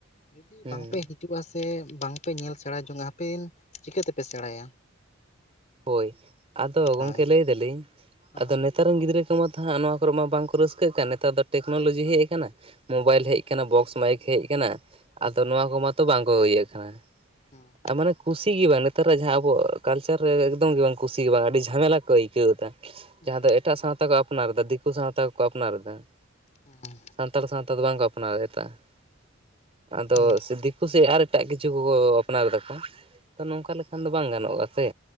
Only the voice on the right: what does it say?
ᱦᱩᱸ
ᱦᱚᱭ ᱟᱫᱚ ᱜᱚᱝᱠᱮ
ᱞᱟᱹᱭ ᱫᱟᱞᱤᱧ
ᱟᱫᱚ ᱱᱮ ᱱᱮᱛᱟᱨ ᱨᱤᱱ ᱜᱤᱫᱽᱨᱟᱹ ᱠᱚᱢᱟ ᱛᱟᱦᱟᱸᱜ ᱱᱚᱣᱟ ᱠᱚᱨᱮ ᱢᱟ ᱵᱟᱝᱠᱚ ᱨᱟᱹᱥᱠᱟᱹᱜ ᱠᱟᱱ ᱱᱮᱛᱟᱨ ᱫᱚ ᱴᱮᱠᱱᱚᱞᱚᱡᱤ ᱦᱮᱡ ᱟᱠᱟᱱᱟ ᱾ ᱢᱚᱵᱟᱭᱤᱞ ᱦᱮᱡ ᱟᱠᱟᱱᱟ,
ᱵᱚᱠᱥ ᱢᱟ. ᱭᱤᱠ ᱦᱮᱡ ᱟᱠᱟᱱᱟ, ᱟᱫᱚ ᱱᱚᱣᱟ ᱠᱚ ᱢᱟᱛᱚ ᱵᱟᱝᱠᱚ ᱤᱭᱟᱹ ᱠᱟᱱᱟ ᱾
ᱟᱨ ᱢᱟᱱᱮ ᱠᱩᱥᱤ ᱜᱮ ᱵᱟᱝ ᱱᱮᱛᱟᱨᱟᱜ ᱡᱟᱦᱟᱸ ᱟᱵᱚᱣᱟᱜ ᱠᱟᱞᱪᱟᱨ ᱨᱮ ᱮᱠᱫᱚᱢ ᱜᱮ ᱵᱟᱝ ᱠᱩᱥᱤ ᱜᱮ ᱵᱟᱝ ᱟᱹᱰᱤ ᱡᱷᱟᱢᱮᱞᱟ ᱠᱚ ᱟᱹᱭᱠᱟᱹᱣ ᱮᱫᱟ ᱾ ᱡᱟᱦᱟᱸ
ᱫᱚ ᱮᱴᱟᱜ ᱥᱟᱶᱛᱟ ᱠᱚ ᱟᱯᱱᱟᱨ ᱮᱫᱟ ᱾ ᱫᱤᱠᱩ ᱥᱟᱶᱛᱟ ᱠᱚᱠᱚ ᱟᱯᱱᱟᱨ ᱮᱫᱟ ᱾
ᱥᱟᱱᱛᱟᱲ ᱥᱟᱶᱛᱟ ᱫᱚ ᱵᱟᱝᱠᱚ ᱟᱯᱱᱟᱨ ᱮᱫᱟ ᱾ ᱟᱫᱚ
ᱥᱤ ᱫᱤ ᱠᱩᱥᱤ ᱟᱨ ᱮᱴᱟᱜ ᱠᱤᱪᱷᱩ ᱠᱚᱠᱚ ᱟᱯᱱᱟᱨ ᱮᱫᱟᱠᱚ ᱛᱚ ᱱᱚᱝᱠᱟ ᱞᱮᱠᱷᱟᱱ ᱫᱚ ᱵᱟᱝ ᱜᱟᱱᱚᱜᱼᱟ ᱥᱮ?